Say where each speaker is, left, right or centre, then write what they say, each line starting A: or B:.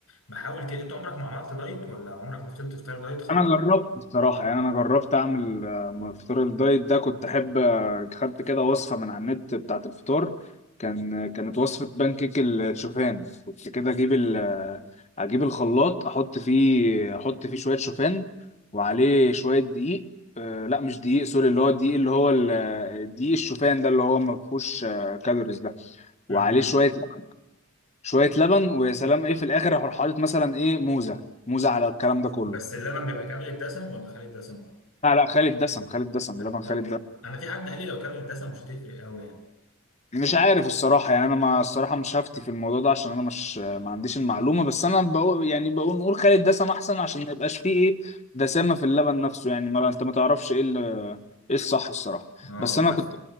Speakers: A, on the left; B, on the left.
A: بحاول كده انت عمرك ما عملت دايت ولا عمرك ما فضلت تفطر دايت خالص؟
B: انا جربت بصراحه يعني انا جربت اعمل آه، فطار الدايت ده كنت احب آه، خدت كده وصفه من على النت بتاعه الفطار كان كانت وصفه بانكيك الشوفان كنت كده اجيب ال آه، اجيب الخلاط احط فيه احط فيه شويه شوفان وعليه شويه دقيق آه، لا مش دقيق سوري اللي هو الدقيق اللي هو ال- آه، دقيق الشوفان ده اللي هو ما فيهوش آه، كالوريز ده
A: امم
B: وعليه شويه لبن شويه لبن ويا سلام ايه في الاخر اروح حاطط مثلا ايه موزه موزه على الكلام ده كله
A: بس اللبن بيبقى كامل الدسم ولا خالي الدسم
B: لا لا خالد دسم خالد دسم
A: لا.
B: لبن خالد دسم
A: انا في حد قال لي لو كامل الدسم مش هتفرق قوي يعني
B: مش عارف الصراحة يعني أنا ما الصراحة مش هفتي في الموضوع ده عشان أنا مش ما عنديش المعلومة بس أنا بقول يعني بقول نقول خالد دسم أحسن عشان ما يبقاش فيه إيه دسامة في اللبن نفسه يعني ما أنت ما تعرفش إيه ال- إيه الصح الصراحة
A: اه
B: بس أنا
A: بس
B: كنت